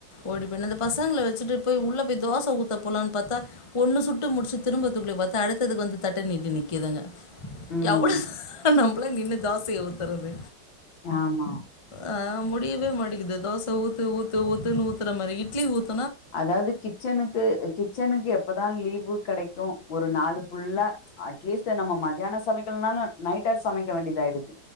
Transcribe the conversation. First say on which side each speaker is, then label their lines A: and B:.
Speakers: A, on the left; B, on the left.
A: ஓடி பண்ணி இந்த பசங்கள வச்சுட்டு போய் உள்ள போய் தோசை ஊத்த போலாம்னு பார்த்தா ஒண்ணு சுட்டு முடிச்சு திரும்பத்துக்குள்ளயே பார்த்தா அடுத்ததுக்கு வந்து தட்ட நீட்டு ந்குதுங்க
B: ம்
A: எவ்வளவுதா நம்ப நின்று தாசைய <inaudible> தரது
B: ஆமா
A: அஹ் முடியவே மாட்டிங்குது தோச ஊத்து ஊத்து ஊத்துன்னு ஊத்துற மாரி இட்லி ஊத்
B: அதாவது கிச்சனுக்கு கிச்சனுக்கு எப்பதா லீவு கெடைக்கோ ஒரு நாளு ஃபுள்ளா அட்லீஸ்ட் நம்ம மத்தியானோ சமைக்கல்லணாளோ நைட்டாச்சு சமைக்க வேண்டியது ஆயிடுது